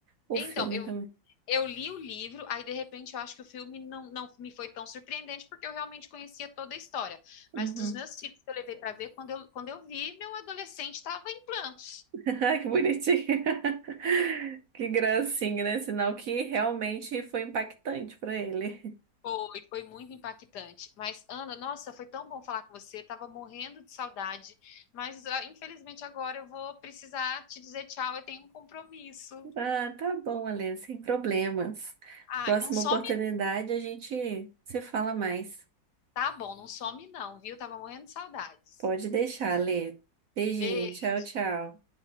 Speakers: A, on the right (about 60°); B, on the left (about 65°).
A: O
B: Então,
A: filme
B: eu,
A: também.
B: eu li o livro, aí de repente eu acho que o filme não, não me foi tão surpreendente, porque eu realmente conhecia toda a história.
A: Uhum.
B: Mas os meus
A: <laughs>
B: filhos que eu levei para ver, quando eu, quando eu vi, meu adolescente estava em planta.
A: Ah, que bonitinho. <laughs> Que gracinha, né? Sinal que realmente foi impactante para ele.
B: Foi, foi muito impactante. Mas, Ana, nossa, foi tão bom falar com você. Tava morrendo de saudade. Mas, ah, infelizmente, agora eu vou precisar te dizer tchau. Eu tenho um compromisso.
A: Ah, tá bom, Alê, sem problemas.
B: Ah,
A: Próxima
B: não some,
A: oportunidade a gente se fala mais.
B: tá bom, não some não, viu? Tava morrendo de saudades.
A: Pode deixar, Alê. Beijinho,
B: Beijo.
A: tchau, tchau.